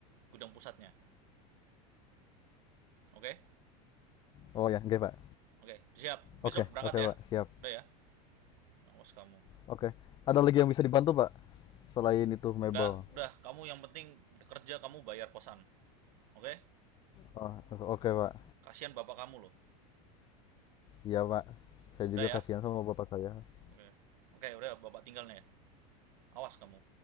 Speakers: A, on the right; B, on the left.
A: gudang pusatnya oke
B: Oh ya oke pak.
A: oke siap besok
B: Oke
A: berangkat
B: oke
A: ya
B: pak siap.
A: udah ya awas kamu
B: Oke. Ada lagi yang bisa dibantu pak selain itu mebel.
A: nggak udah kamu yang penting kerja kamu bayar kosan oke
B: Oh, oke pak.
A: kasihan bapak kamu loh
B: Iya pak. Saya
A: udah
B: juga
A: ya
B: kasihan sama bapak saya.
A: Oke. okay. Oke, okay, udah Bapak tinggal nih. Awas kamu.